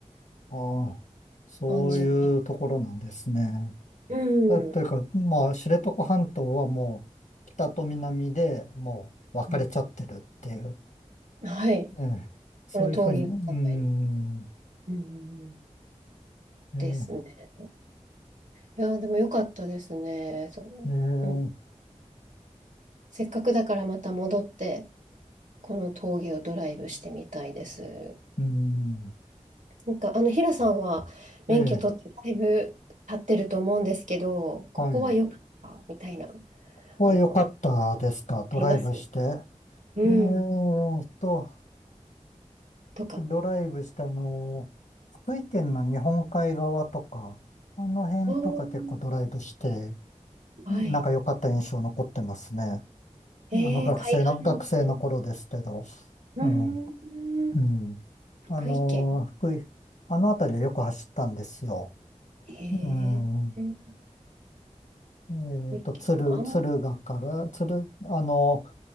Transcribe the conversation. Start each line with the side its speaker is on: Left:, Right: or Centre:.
Left: ああ、そういうところなんですね。
Right: 感じに。うん。
Left: だというか、まあ、知床半島はもう、北と南でもう分かれちゃってるっていう、
Right: うん。はい。
Left: ええそういうふうに、
Right: この峠を境に
Left: うん、
Right: うん。
Left: ええ
Right: ですね。いやー、でも良かったですね。そ
Left: ええ
Right: う、うん。せっかくだからまた戻って、この峠をドライブしてみたいです。
Left: うん、
Right: なんか、あの、ヒラさんは免許取ってだいぶ経ってると思うんですけど、
Left: ええ
Right: ここは良かったみたいな、
Left: はい。ここは良かったですか、
Right: あの、
Left: ドライブして。
Right: あります。
Left: ええ
Right: うん。
Left: と、
Right: とか。
Left: ドライブしたあの、福井県の日本海側とか、あの辺とか結構ドライブして、
Right: うん。はい。
Left: なんか良かった印象残ってますね。
Right: えー、
Left: あの学生の、
Right: 海岸、
Left: 学生の頃ですけど。
Right: うん、
Left: うん。
Right: うん
Left: うん。
Right: 福井県。
Left: あの、福井、あの辺りはよく走ったんですよ。
Right: へ
Left: うん。
Right: え、福
Left: えっと、
Right: 井県か。
Left: 敦、敦賀から、
Right: あんまり、
Left: 敦、あの、